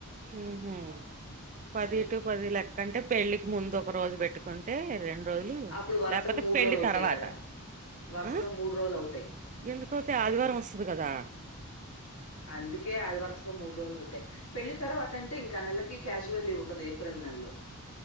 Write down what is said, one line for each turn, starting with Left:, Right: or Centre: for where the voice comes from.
Right: ఉహు పది
Left: అది
Right: టు పది లెక్క అంటే పెళ్లికి ముందు ఒక రోజు పెట్టుకుంటే రెండు రోజులు
Left: అప్పుడు వరుసగా
Right: లేకపోతే
Left: మూడు
Right: పెళ్లి
Left: రోజులు అవుతాయి
Right: తర్వాత
Left: కదా వరుసగా
Right: ఆ
Left: మూడు రోజులు అవుతాయి
Right: ఎందుకతే ఆదివారం వస్తది కదా
Left: అందుకే అది వరుసగా మూ రోల్ అవుతాయి పెళ్లి తర్వాత అంటే ఇంకా ఆ నెలకి క్యాజువల్ ఉండదు ఏప్రిల్ నెలలో